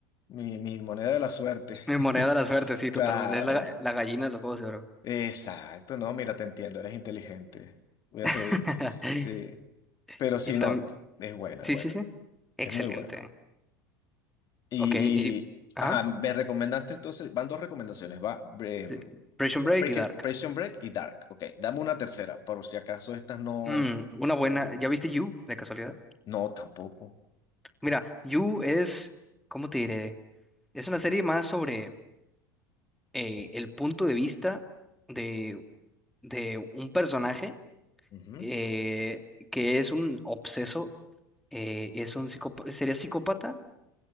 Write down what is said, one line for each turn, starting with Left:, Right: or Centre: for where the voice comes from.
Left: mi, mi moneda de la suerte.
Centre: Mi moneda
Left: <laughs>
Centre: de la suerte, sí,
Left: Claro,
Centre: totalmente. Es la, ga- la gallina de los juegos de oro.
Left: exacto. No, mira, te entiendo, eres inteligente. Voy a
Centre: <laughs>
Left: seguir, sí. Pero si
Centre: Y también.
Left: no, es buena,
Centre: Sí,
Left: es buena.
Centre: sí, sí. Excelente.
Left: Es muy buena. Y,
Centre: Ok, y.
Left: y,
Centre: Ajá.
Left: ajá, me recomendaste entonces, van dos recomendaciones, va em,
Centre: sí, Prison
Left: ¿cómo
Centre: Break
Left: era? Breaking,
Centre: y Dark.
Left: Prison Break y Dark. Ok, dame una tercera, por si acaso estas no,
Centre: Mm, una buena.
Left: no me convencen.
Centre: ¿Ya viste You, de casualidad?
Left: No, tampoco.
Centre: Mira, You es. ¿Cómo te diré? Es una serie más sobre eh, el punto de vista de, de un personaje
Left: Ujú,
Centre: eh, que es un obseso eh, es un psicópata, sería psicópata